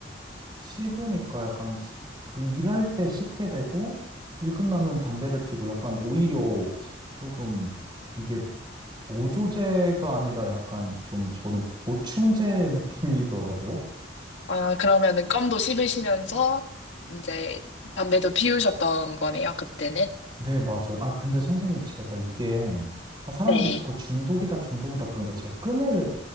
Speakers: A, on the right; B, on the left.
A: 씹으니까 약간 시- 그 일할 때 씹게 되고 일 끝나면 담배를 피고 약간 오히려 조금 이게 보조제가 아니라 약간 좀 저는 보충제 <laughs> 느낌이더라고요.
B: 아, 그러면은 껌도 씹으시면서 이제 담배도 피우셨던 거네요, 그때는.
A: 네, 맞아요. 아, 근데 선생님 제가 이게 아, 사람들이
B: 네.
A: 자꾸 중독이다, 중독이다. 그런데 제가 끊을